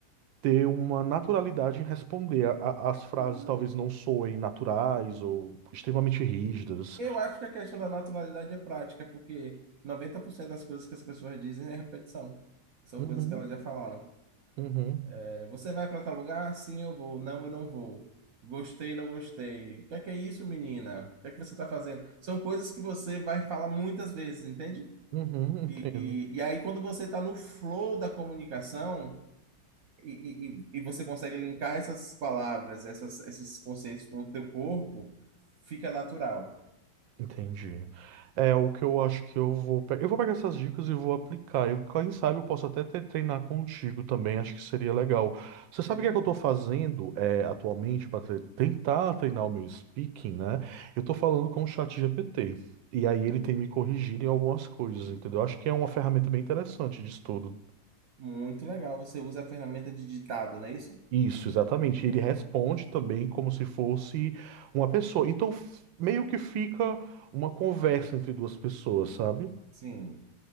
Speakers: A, on the right; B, on the right.
A: ter uma naturalidade em responder. A- a- as frases
B: Uhum.
A: talvez não soem naturais ou extremamente rígidas.
B: Eu acho que a questão da naturalidade é prática, porque 90% das coisas que as pessoas dizem é repetição. São
A: Uhum,
B: coisas que elas já falaram.
A: uhum,
B: É, você vai para tal lugar? Sim, eu vou. Não, eu não vou. Gostei, não gostei. O que é que é isso, menina? O que é que você está fazendo? São coisas que você vai falar muitas vezes, entende?
A: uhum, entendo.
B: E, e, e aí, quando você está no flow da comunicação e, e, e você consegue linkar essas palavras, essas, esses conceitos com o teu corpo, fica natural.
A: Entendi. É o que eu acho que eu vou pegar. Eu vou pegar essas dicas e vou aplicar. Eu, quem sabe eu posso até te- treinar contigo também, acho que seria legal. Você sabe
B: Seria
A: o que é
B: bom.
A: que eu estou fazendo é, atualmente para tentar treinar o meu speaking, né? Eu estou falando com o chat GPT. E aí ele tem me corrigido em algumas coisas, entendeu? Acho que é uma ferramenta bem interessante de estudo.
B: Muito legal. Você usa a ferramenta de ditado, não é isso?
A: Isso, exatamente. Ele responde também como se fosse uma pessoa. Então, f- meio que fica uma conversa entre duas pessoas, sabe?
B: Sim.